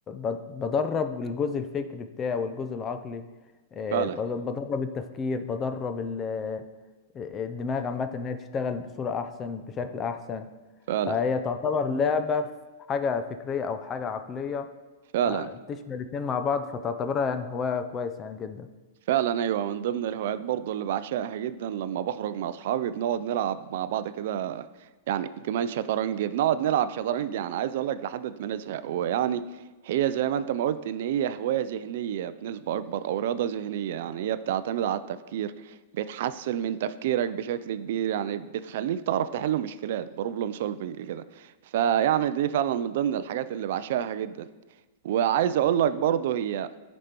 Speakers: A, on the left (about 20°); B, on the right (about 60°).
A: ب... بدرب الجزء الفكري بتاعي والجزء العقلي آه،
B: فعلا
A: بدرب التفكير بدرب ال... الدماغ عامة إنها تشتغل بصورة أحسن بشكل أحسن
B: فعلا
A: فهي مم. تعتبر لعبة في حاجة فكرية أو حاجة عقلية
B: فعلا
A: فبتشمل الاتنين مع بعض فتعتبرها يعني هواية كويسة يعني جدا
B: فعلا ايوه من ضمن الهوايات برضو اللي بعشقها جدا لما بخرج مع اصحابي بنقعد نلعب مع بعض كده يعني كمان شطرنج بنقعد نلعب شطرنج يعني عايز اقول لك لحد ما نزهق ويعني هي زي ما انت ما قلت ان هي هواية ذهنية بنسبة اكبر او رياضة ذهنية يعني هي بتعتمد على التفكير بتحسن من تفكيرك بشكل كبير يعني بتخليك تعرف تحل مشكلات بروبلم سولفنج كده فيعني دي فعلا من ضمن الحاجات اللي بعشقها جدا وعايز اقول لك برضه هي